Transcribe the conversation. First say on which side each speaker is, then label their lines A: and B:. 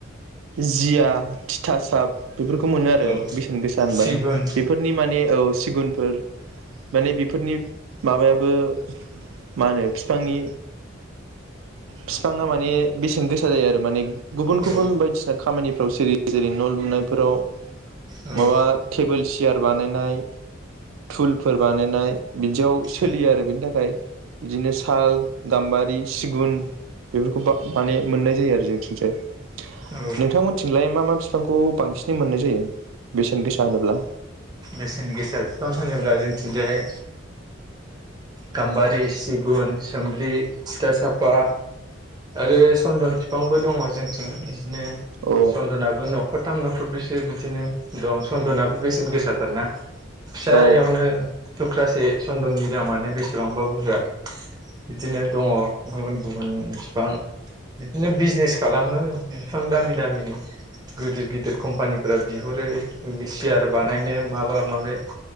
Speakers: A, on the right; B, on the right.
A: जिया थिथासाब बेफोरखौ मोनो आरो
B: औ
A: बेसेन गोसा होनबा
B: सिगुन
A: बेफोरनि माने औ सिगुनफोर माने बेफोरनि माबायाबो मा होनो बिफांनि बिफाङा माने बेसेन गोसा जायो आरो माने गुबुन
B: औ
A: गुबुन बायदिसिना खामानिफ्राव जेरै न' लुनायफोराव
B: औ
A: माबा टेबोल सियार बानायनाय थुलफोर बानायनाय बिदियाव सोलियो
B: औ
A: आरो बिनि थाखाय बिदिनो साल गाम्बारि सिगुन बेफोरखौ माने मोननाय जायो आरो जोंनिथिंजाय
B: औ
A: नोंथांमोनथिंलाय मा मा बिफांखौ बांसिनै मोननाय जायो बेसेन गोसा होनोब्ला
B: बेसेन गोसा बिफां होनोब्ला जोंनिथिंजाय गाम्बारि सिगुन सोमब्लि तिथा साफा आरो सन्दन बिफांबो दङ जोंथिं बिदिनो
A: औ
B: चन्दनाबो न'खर थाम न'खर ब्रैसो बिदिनो दं सन्दनाबो बेसेन गोसा थारना फिसायावनो
A: औ
B: थुख्रासे सन्दननि दामानो बेसेबांबा बुरजा बिदिनो दङ गुबुन गुबुन बिफां बिदिनो बिजनेस खालामो बिफां दामि दामिनि गिदिर-गिदिर कम्पानिफोरा बिहरो सियार बानायनो माबा माबि